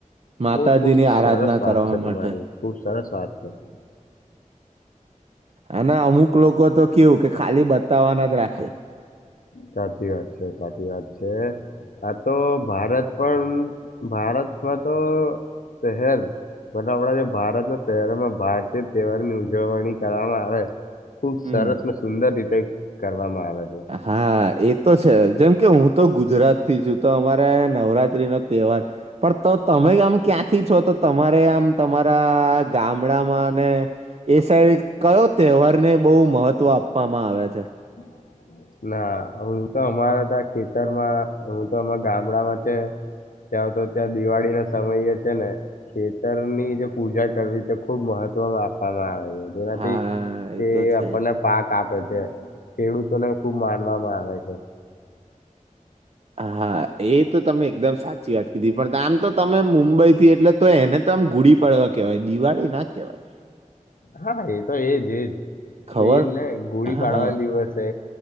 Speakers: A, on the right (about 50°); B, on the left (about 85°).
A: માતાજીની
B: ઓ ખુબ
A: આરાધના
B: સરસ વાત
A: કરવા
B: છે, તમારી
A: માટે
B: ખુબ સરસ વાત છે. <inaudible>
A: અને અમુક લોકો, તો કેવુ કે ખાલી બતાવાના જ રાખે
B: સાચી વાત છે, સાચી વાત છે. આ તો ભારત પણ ભારતમા, તો શહેર મતલબ આપણા, જે ભારતના શહેરોમા ભારતીય તહેવારની ઉજવણી, કરવામા આવે ખુબ
A: હમ
B: સરસ ને સુંદર રીતે કરવામા આવે છે
A: હા, એતો છે, જેમ કે હુ તો ગુજરાતથી છુ, તો અમારે નવરાત્રીનો તહેવાર પણ તો તમે આમ ક્યાંથી છો, તો તમારે, આમ તમારા ગામડામાં ને એ સાઈડ કયો તહેવારને બહુ મહત્વ આપવામાં આવે છે.
B: <inaudible> ના હુ, તો અમારા તો આ ખેતરમાં હું તો અમારા ગામડામાં છે. ત્યાં તો ત્યાં દિવાળીના સમય એ છે, ને ખેતરની જે પૂજા કરવી તે ખુબ મહત્વ ત્વ આપવામાં આવે છે, જેનાથી
A: હા એ
B: તે
A: તો છે.
B: આપણને પાક આપે ખેડૂતોને ખુબ માનવામાં આવે છે.
A: હા એ તો તમે એકદમ સાચી વાત કીધી પણ આમ તો તમે મુંબઈ થી એટલે તો એને ત એકદમ, ઘૂડી પડવા કેવાય દિવાળી ના કેવાય
B: હા એ તો એજ એજ
A: ખબર
B: એજ ને ગોળી
A: હા
B: પાડવાનો દિવસે